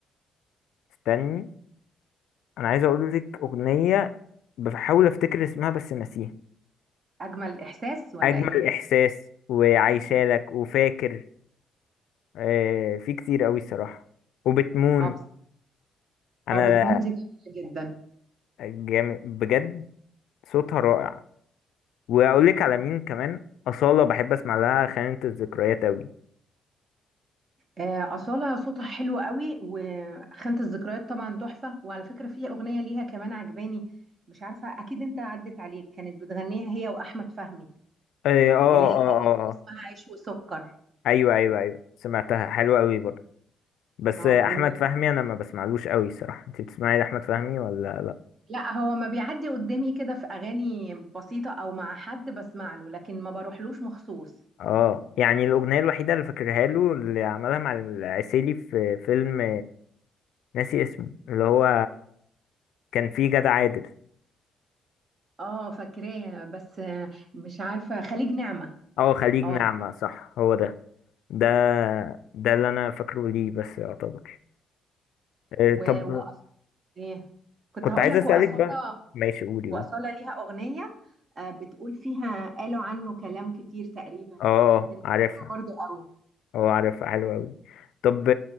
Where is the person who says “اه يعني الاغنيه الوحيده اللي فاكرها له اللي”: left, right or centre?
Left